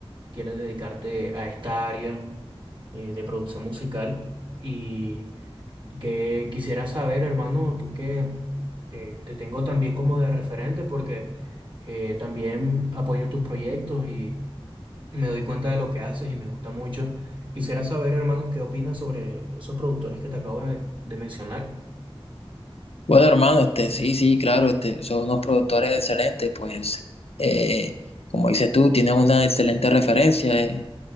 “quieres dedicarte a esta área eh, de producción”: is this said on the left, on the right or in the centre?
Right